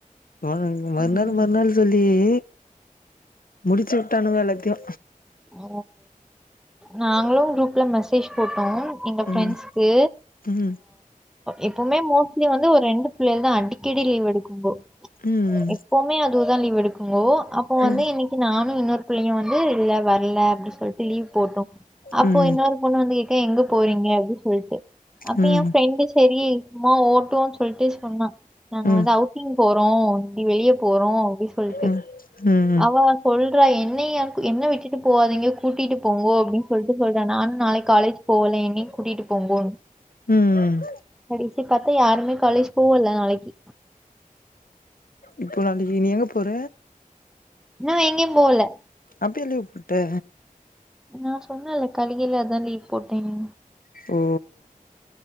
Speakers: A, on the left; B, in the centre.
A: உனக்கு மறுநாள்
B: ம்
A: மறுநாள் சொல்லியே முடிச்சுவுட்டானுவோ எல்லாத்தையு
B: ஓ நாங்களு குரூப்ல மேசேஜ் மேசேஜ் போட்டோ எங்க ஃப்ரெண்ட்ஸ்கு
A: ம் ம்
B: எப்வுமே மோஸ்ட்லி வந்து ஒரு ரெண்டு பிள்ளக தா அடிக்கடி லீவ் எடுக்குங்கோ
A: ம்
B: எப்வுமே அதுவுதோ லீவ் எடுக்குங்கோ அப்ப
A: ம்
B: வந்து இன்னக்கி நானு இன்னொரு பிள்ளயு வந்து இல்ல அப்டின்னு சொல்ட்டு லீவ் போட்டோ அப்போ
A: ம்
B: இன்னொரு பொண்ணு வந்து கேக்குது எங்க போறீங்க அப்டின்னு சொல்ட்டு அப்ப
A: ம்
B: எ ஃப்ரெண்டு சரி சும்மா ஓட்டோன்னு சொல்ட்டு சொன்னா நாங்க
A: ம்
B: வந்து அவுட் அவுடிங் போறோ நீ வெளிய போறோ அப்டி சொல்ட்டு
A: ம் ம்
B: அவா சொல்றா என்னயா என்னவிட்டு ட்டு போவாதிங்க கூட்டிட்டு போங்கோ அப்டின்னு சொல்ட்டு சொல்றா நானு நாளைக் காலேஜ் போலேன் என்னிய்கூட்டிட் போங்கோ
A: ம்
B: கடைசியா பாத்தா யாருமே காலேஜ் போவோல்ல நாளக்கி
A: இப்போ நாளக்கி நீ எங்க போற
B: நா எங்கியு போல
A: அப்பயா லீவ் போட்ட
B: நா சொன்னேல்ல கல்கிலாதா லீவ் போட்டேனு
A: ஓ